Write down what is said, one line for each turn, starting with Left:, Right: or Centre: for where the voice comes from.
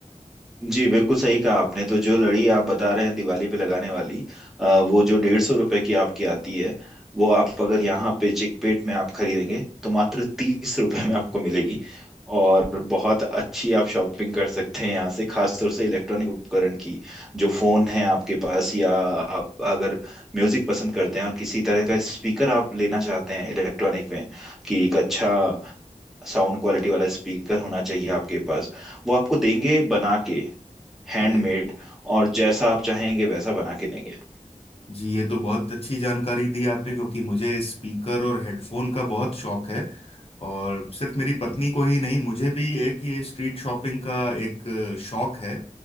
Centre: जी बिल्कुल सही कहा आपने तो जो लड़ी आप बता रहे हैं दिवाली पे लगाने वाली अ, वो जो डेढ़ सौ रुपए की आपकी आती है वो आप अगर यहाँ पे चिकपेट में आप खरीदेंगे तो मात्र तीस रुपए में आपको मिलेगी और बहुत अच्छी आप शॉपिंग कर सकते हैं यहाँ से खासतौर से इलेक्ट्रॉनिक उपकरण की जो फोन है आपके पास या आप अगर म्यूजिक पसंद करते हैं और किसी तरह का स्पीकर आप लेना चाहते हैं इलेक्ट्रॉनिक में कि एक अच्छा साउंड क्वालिटी वाला स्पीकर होना चाहिए आपके पास वो आपको देंगे बना के हैंडमेड
Left: अरे
Centre: और जैसा आप चाहेंगे वैसा बना के देंगे
Left: जी ये तो बहुत अच्छी जानकारी दी आपने क्योंकि मुझे स्पीकर और हेडफोन का बहुत शौक है और सिर्फ मेरी पत्नी को ही नहीं मुझे भी एक ये स्ट्रीट शॉपिंग का एक अ, शौक है